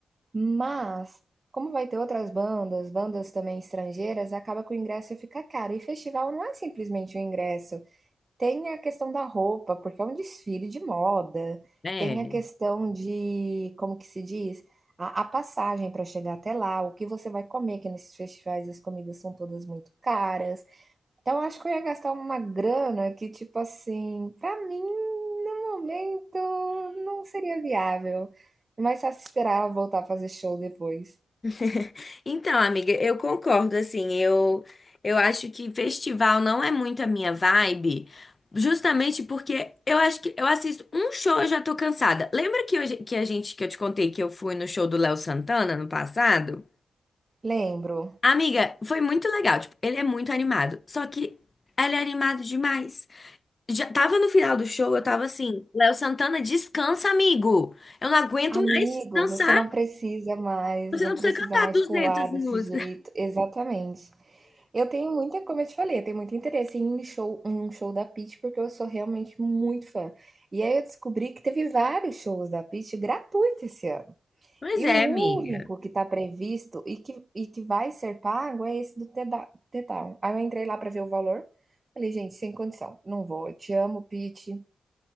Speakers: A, on the right; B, on the left.
A: Mas, como vai ter outras bandas, bandas também estrangeiras, acaba que o ingresso fica caro. E festival não é simplesmente o ingresso. Tem a questão da roupa, porque é um desfile de moda.
B: É.
A: Tem a questão de, como que se diz? A, a passagem para chegar até lá, o que você vai comer, que nesses festivais as comidas são todas muito caras. Então, eu acho que eu ia gastar uma grana que, tipo assim, para mim, no momento, não seria viável. É mais fácil esperar ela voltar a fazer show depois.
B: <laughs> Então, amiga, eu concordo, assim, eu, eu acho que festival não é muito a minha vibe, justamente porque eu acho que eu assisto um show e já tô cansada. Lembra que, hoje, que a gente, que eu te contei que eu fui no show do Léo Santana no passado?
A: Lembro.
B: Amiga, foi muito legal, tipo, ele é muito animado, só que ele é animado demais. Já tava no final do show, eu tava assim, Léo Santana, descansa, amigo, eu não aguento
A: Amigo,
B: mais dançar.
A: você não precisa mais,
B: Você
A: não
B: não precisa
A: precisa
B: cantar
A: mais
B: 200
A: pular desse
B: músicas.
A: jeito. Exatamente. Eu tenho muita, como eu te falei, eu tenho muito interesse em um show, um show da Pitty, porque eu sou realmente muito fã. E aí eu descobri que teve vários shows da Pitty gratuitos esse ano.
B: Pois
A: E
B: é,
A: o
B: amiga.
A: único que está previsto e que, e que vai ser pago é esse do The Da- The Down. Aí eu entrei lá para ver o valor. Falei, gente, sem condição, não vou. Eu te amo, Pitty,